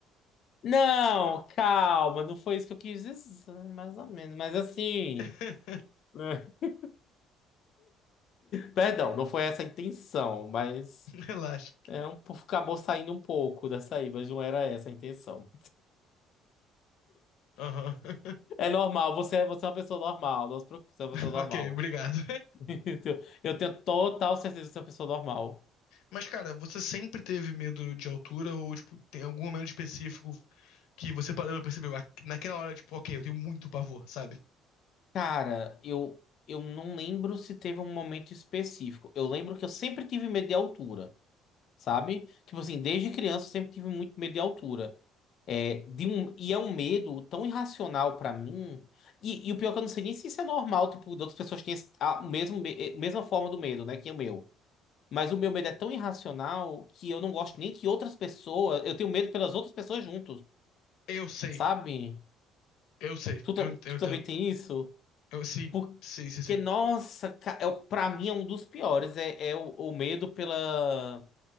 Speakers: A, on the left; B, on the left.
A: Não, calma, não foi isso que eu quis dizer, mais ou menos. Mas assim.
B: <laughs>
A: <laughs> Perdão, não foi essa a intenção, mas.
B: Relaxa.
A: É um, pouco- acabou saindo um pouco dessa aí, mas não era essa a intenção.
B: Aham. <laughs>
A: É normal, você, é- você é uma pessoa normal, não se preocupe, você é uma pessoa normal.
B: Ok, obrigado.
A: <laughs> Eu tenho total certeza que você é uma pessoa normal.
B: Mas, cara, você sempre teve medo de altura ou, tipo, tem algum momento específico que você parou e percebeu, "Ah, naquela hora, tipo, ok, eu tenho muito pavor, sabe?
A: Cara, eu, eu não lembro se teve um momento específico. Eu lembro que eu sempre tive medo de altura, sabe? Tipo assim, desde criança eu sempre tive muito medo de altura. É, de um, e é um medo tão irracional pra mim. E, e o pior é que eu não sei nem se isso é normal, tipo, de outras pessoas que têm esse- a mesmo, me- eh, mesma forma do medo, né? Que é o meu. Mas o meu medo é tão irracional que eu não gosto nem que outras pessoas. Eu tenho medo pelas outras pessoas juntos,
B: Eu sei.
A: sabe?
B: Eu sei,
A: Tu, ta-
B: eu, ent-
A: tu
B: eu entendo.
A: também tem isso?
B: Eu, sim,
A: Porque,
B: sim, sim, sim.
A: nossa, ca- é, o- pra mim é um dos piores. É, é o, o medo pela,